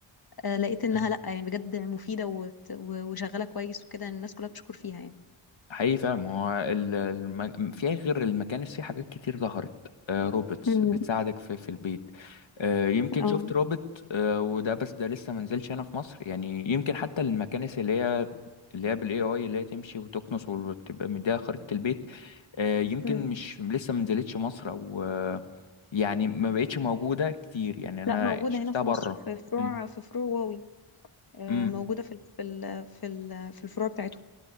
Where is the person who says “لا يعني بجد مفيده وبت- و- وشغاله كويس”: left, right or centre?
Left